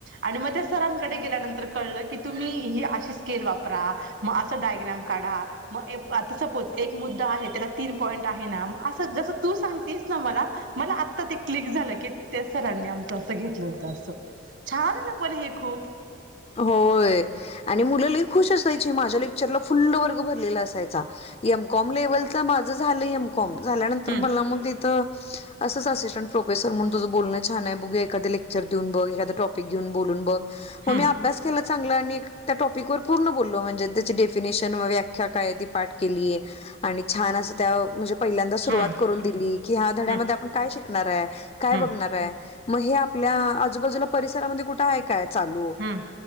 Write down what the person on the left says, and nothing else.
होय आणि मुलं लई खुश असायची माझ्या लेक्चरला फुल्ल वर्ग भरलेला असायचा. एमकॉम लेवल तर माझ झालं एमकॉम झाल्यानंतर
मला मग तिथ असंच असिस्टंट प्रोफेसर म्हणून तुझं बोलणं छान आहे बघू एखाद लेक्चर देऊन बघ एखादा टॉपिक घेऊन बोलून बघ. हो
मी अभ्यास केला चांगलं आणि त्या टॉपिक वर पूर्ण बोललो म्हणजे त्याची डेफिनेशन व व्याख्या काय ती पाठ केलीय आणि छान असं त्या म्हणजे. पहिल्यांदा सुरुवात
करून दिली, की ह्या धड्यामध्ये
आपण काय शिकणार आहे? काय
बघणार आहे? म हे आपल्या आजूबाजूला परिसरामध्ये कुठे आहे काय चालू